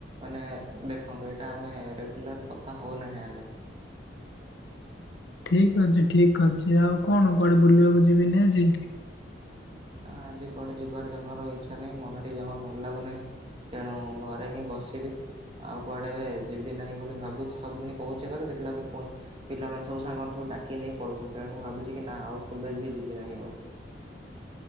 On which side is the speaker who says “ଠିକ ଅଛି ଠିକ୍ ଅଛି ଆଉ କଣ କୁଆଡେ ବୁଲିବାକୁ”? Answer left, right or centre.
Left